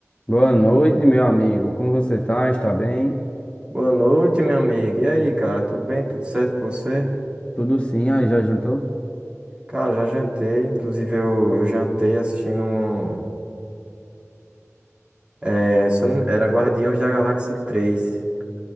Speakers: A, on the left; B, on the right.
A: Boa noite, meu amigo. Como você tá? Está bem?
B: Boa noite, meu amigo. E aí, cara, tudo bem? Tudo certo com você?
A: Tudo sim. Aí, já jantou?
B: Cara, já jantei. Inclusive, eu, eu jantei assistindo. um- É, se eu não- era Guardiões da Galáxia 3.